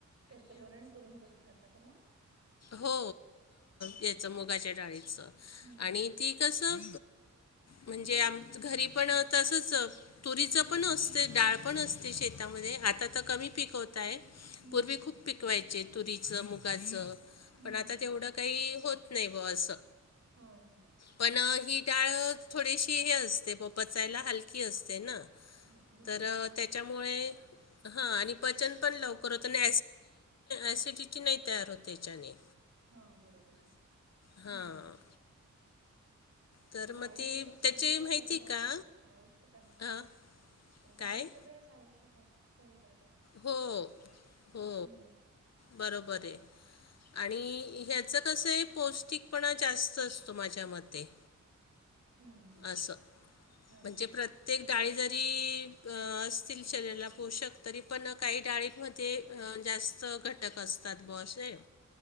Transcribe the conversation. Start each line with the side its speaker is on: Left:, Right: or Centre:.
Right: त्याचं वरण करून ठेवता का मग?
Left: हो
Right: अच्छा
Left: याचं मुगाच्या डाळीच
Right: हम्म हम्म
Left: आणि ती कसं म्हणजे आमच घरी पण तसंच तुरीचं पण असते डाळ पण असतीं शेतामध्ये आता तर कमी पीकवतात
Right: हम्म
Left: पूर्वी खूप पिकवायचे तुरीच मुगाचं
Right: हम्म
Left: पण आता
Right: हम्म
Left: तेवढं काही होत नाही बुवा असं
Right: हो हो
Left: पण ही डाळ थोडीशी हे असते प पचायला हलकी असते ना
Right: हो मुगाची
Left: तर
Right: डाळ
Left: त्याच्या मूळे हा आणि पचन पण लवकर होत आणि ऍसिडिटी नाई तयार होते हेच्याने
Right: हा बरोबर आहे
Left: हां.
Right: हम्म हम्म
Left: तर
Right: डाळी
Left: मग ते
Right: तशा सगळ्याच
Left: त्याची माहिती
Right: शरीराला
Left: का?
Right: आवश्यक आहेत
Left: हां.
Right: डाळी
Left: काय?
Right: सगळ्याच आवश्यक आहेत शरीराला.
Left: हो हो
Right: हम्म
Left: बरोबर आहे. आणि ह्याचं कसं आहे पौष्टिकपणा जास्त असतो माझ्या मते.
Right: हम्म हम्म
Left: असं
Right: हा
Left: म्हणजे
Right: हा
Left: प्रत्य ते डाळी जरी असतील शरीराला पोषक तरी पण काही डाळी म्हण ते जास्त घटक असतात बसे आहे.